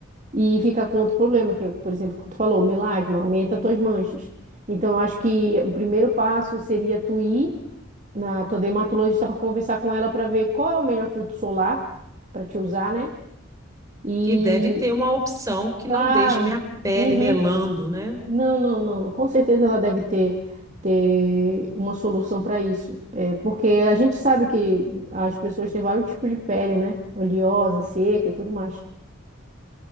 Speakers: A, on the right; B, on the right.
A: e ficar com outro problema, que, é, por exemplo, que tu falou, melasma, aumenta tuas manchas. Então, eu acho que o primeiro passo seria tu ir na tua dermatologista para conversar com ela para ver qual é o melhor filtro solar para te usar, né? E,
B: que deve ter uma opção que
A: claro,
B: não deixe minha pele
A: uhum.
B: melando, né?
A: Não, não, não, não. Com certeza ela deve ter, ter uma solução para isso. É, porque a gente sabe que as pessoas têm vários tipos de pele, né? Oleosa, seca e tudo mais.